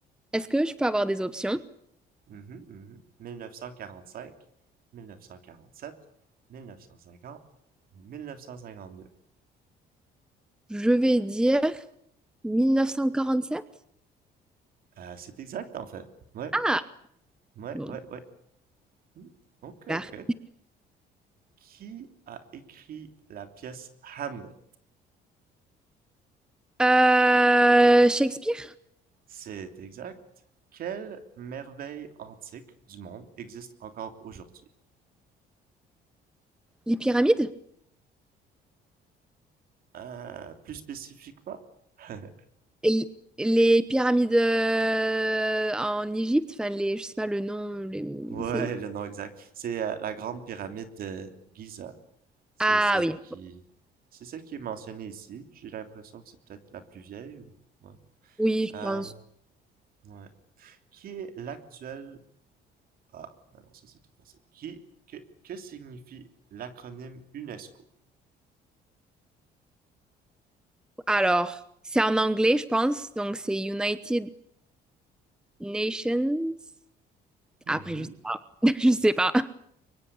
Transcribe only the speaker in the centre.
Est-ce que je peux avoir des options?
Je vais dire 1947.
Ah,
bon,
super.
Euh, Shakespeare?
Les pyramides?
Et les pyramides euh, en Égypte, enfin les, je sais pas le nom, les-
c'est-
Ah
oui,
oui, je
pense.
Alors, c'est en anglais, je pense, donc c'est United Nations.
Après, je sais pas. <laughs> Je sais pas.